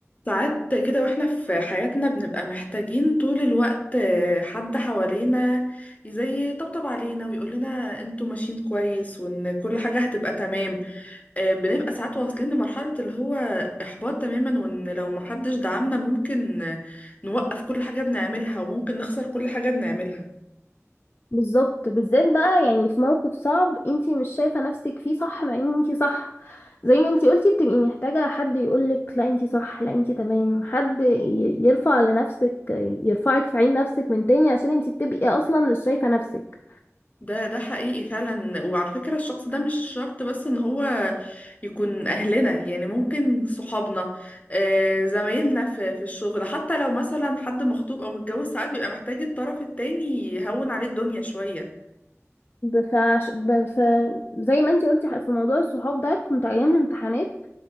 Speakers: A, on the left; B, on the left.
A: ساعات كده واحنا في حياتنا بنبقى محتاجين طول الوقت آه، حد حوالينا زي يطبطب علينا ويقول لنا انتوا ماشيين كويس وان كل حاجة هتبقى تمام آه، بنبقى ساعات واصلين لمرحلة اللي هو احباط تماما وان لو محدش دعمنا ممكن آه، نوقف كل حاجة بنعملها وممكن نخسر كل حاجة بنعملها
B: بالظبط بالذات بقى يعني في موقف صعب انتي مش شايفة نفسك فيه صح مع ان انتي صح زي ما انتي قلتي بتبقي محتاجة حد يقولك لا انتي صح لا انتي تمام حد ي- يرفع لنفسك يرفعك في عين نفسك من تاني عشان انتي بتبقي اصلا مش شايفة نفسك
A: ده ده حقيقي فعلا وعلى فكرة الشخص ده مش شرط بس ان هو يكون اهلنا يعني ممكن صحابنا آه، زمايلنا في في الشغل حتى لو مثلا حد مخطوب او متجوز ساعات بيبقى محتاج الطرف التاني يهون عليه الدنيا شوية
B: ب- فعش- ب- ف... زي ما انتي قلتي في موضوع الصحاب ده كنت ايام الامتحانات